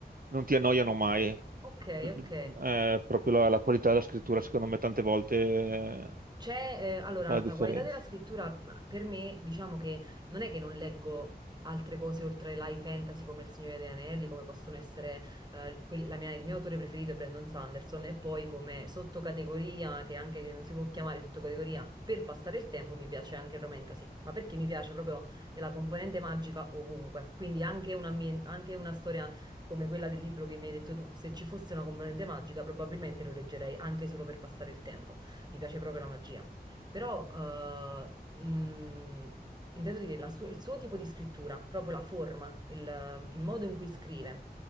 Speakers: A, on the right; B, on the right.
A: non ti annoiano mai.
B: ok,
A: Eh,
B: ok.
A: proprio la, la qualità della scrittura, secondo me, tante volte eh,
B: C'è, eh, allora,
A: fa la differenza.
B: la qualità della scrittura ma, per me, diciamo che non è che non leggo altre cose oltre l'high fantasy come Il Signore degli Anelli, come possono essere eh, quel- la mia- il mio autore preferito è Brandon Sanderson, e poi come sottocategoria, che anche che non si può chiamare sottocategoria, per passare il tempo mi piace anche il romantasy, ma perché mi piace proprio la componente magica ovunque, quindi anche un ambien- anche una storia come quella del libro che mi hai detto tu, se ci fosse una componente magica probabilmente lo leggerei anche solo per passare il tempo. Mi piace proprio la magia. Però eh, mh, intendo dire la su- il suo tipo di scrittura, proprio la forma, il, il modo in cui scrive.